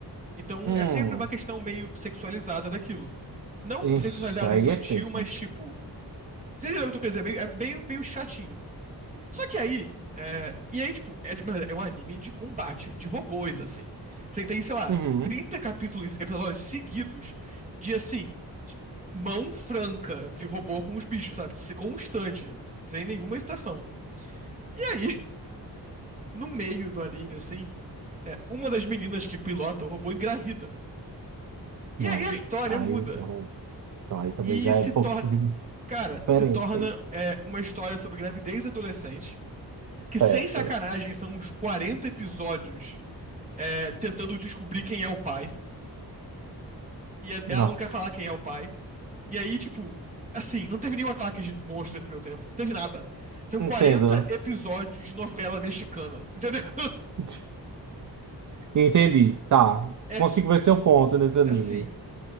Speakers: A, on the right (about 20°); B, on the right (about 50°).
A: Então
B: Hum.
A: é sempre uma questão meio sexualizada daquilo. Não
B: Ixi,
A: sexualizada
B: aí
A: infantil,
B: é tenso.
A: mas tipo. Você entendeu o que eu tô querendo dizer? Meio- É meio, meio chatinho. Só que aí. é, e aí, tipo, é, de- mano, é um anime de combate de robôs, assim. Você tem, sei lá,
B: Uhum.
A: 30 capítulos, episódios seguidos de assim. Mão franca de robô com os bichos, sabe? Constante, sem nenhuma hesitação. E aí, no meio do anime, assim, é, uma das meninas que pilota o robô engravida. E
B: Não,
A: aí a
B: gente.
A: história
B: aí
A: muda.
B: não. Não, aí também
A: E
B: já
A: se
B: é um
A: torna.
B: pouquinho
A: Cara, se
B: diferente
A: torna
B: aí.
A: é, uma história sobre gravidez adolescente, que
B: Certo.
A: sem sacanagem são uns 40 episódios é, tentando descobrir quem é o pai. E é,
B: Nossa.
A: ela não quer falar quem é o pai. E aí, tipo, assim, não teve nenhum ataque de monstro nesse meio tempo. Não Teve nada. São
B: Entendo.
A: 40 episódios de novela mexicana, entendeu? <laughs>
B: <laughs> Entendi. Tá.
A: É,
B: Consigo ver seu ponto nesse anime.
A: assim,